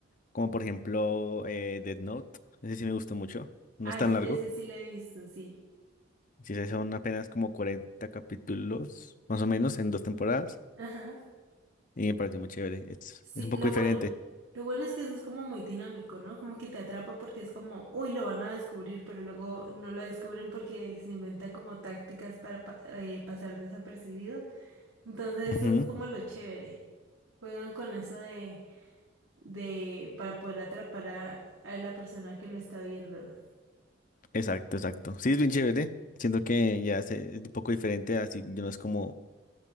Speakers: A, on the left; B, on the right.
A: Como por ejemplo eh, Death Note. Ese sí me gustó mucho. No
B: Ah,
A: es tan
B: ese,
A: largo.
B: ese sí lo he visto, sí.
A: Sí, sí, son apenas como 40 capítulos, más o menos, en dos temporadas.
B: Ajá.
A: Y me pareció muy chévere. Es,
B: Sí,
A: es un poco
B: lo
A: diferente.
B: bueno, lo bueno es que eso es como muy dinámico, ¿no? Como que te atrapa porque es como, uy, lo van a descubrir, pero luego no lo descubren porque se inventa como tácticas para pa- eh, pasar desapercibido. Entonces,
A: Ujú,
B: eso es como lo chévere. Juegan con eso de de, para poder atrapar a, a la persona que lo está viendo.
A: Exacto, exacto. Sí, es bien chévere. Siento que ya se- es un poco diferente, así ya no es como,